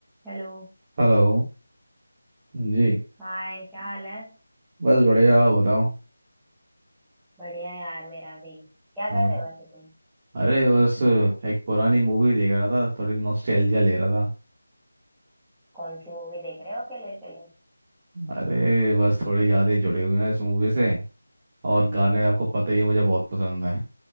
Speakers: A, in the centre; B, on the right.
A: Hello
B: Hello जी
A: Hi क्या हाल है
B: बस बढ़िया आप बताओ
A: बढ़िया यार मेरा भी क्या कर
B: हाँ
A: रहे हो वैसे तुम
B: अरे बस एक पुरानी मूवी देख रहा था थोड़ी नॉस्टैल्जिया ले रहा था
A: कौन सी मूवी देख रहे हो अकेले अकेले
B: अरे बस थोड़ी यादें जुड़ी हुई हैं इस मूवी से और गाने आपको पता ही है मुझे बहुत पसंद है